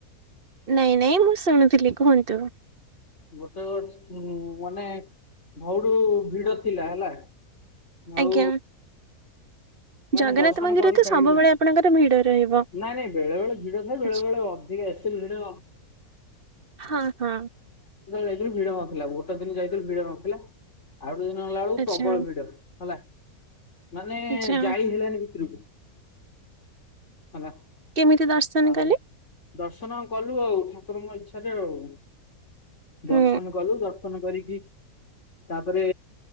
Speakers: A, on the right; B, on the left.
A: ନାଇଁ ନାଇଁ ମୁଁ ଶୁଣୁଥୁଲି କୁହନ୍ତୁ।
B: ଗୋଟେ ଅଛ ଉଁ ମାନେ <unintelligible> ଭିଡ ଥିଲା ହେଲା। ଆଉ
A: ଆଜ୍ଞା
B: ମାନେ
A: ଜଗନ୍ନାଥ
B: ଦର୍ଶନ
A: ମନ୍ଦିର
B: କରିପାରିଲୁ
A: ତ ସବୁବେଳେ
B: ନାହିଁ
A: ଆପଣଙ୍କର ଭିଡ ରହିବ।
B: ନାଇଁ ନାଇଁ ବେଳେ ବେଳେ ଭିଡ ଥାଏ। ବେଳେ
A: ଆଚ୍ଛା
B: ବେଳେ ଅ ଧିକ୍ ଆମେ ଯେତେବେଳେ
A: ହଁ ହଁ
B: ଯାଇଥିଲୁ ଭିଡ ନଥିଲା। ଗୋଟେ ଦିନ ଯାଇଥିଲୁ ଭିଡ ନଥିଲା। ଆଉ ଗୋଟେ ଦିନ ହେଲା ବେଳକୁ
A: ଆଚ୍ଛା
B: ପ୍ରବଳ ଭିଡ ହେଲା ମାନେ
A: ଆଚ୍ଛା
B: ଜାଳି ହେଲାନି ଭିତରକୁ। ହେଲା।
A: କେମିତି ଦର୍ଶନ
B: ଆଉ
A: କଲେ?
B: ଦର୍ଶନ କଲୁ ଆଉ ଠାକୁରଙ୍କ ଇଚ୍ଛାରେ ଆଉ। ଦର୍ଶନ
A: ହୁଁ
B: କଲୁ। ଦର୍ଶନ କରିକି ତାପରେ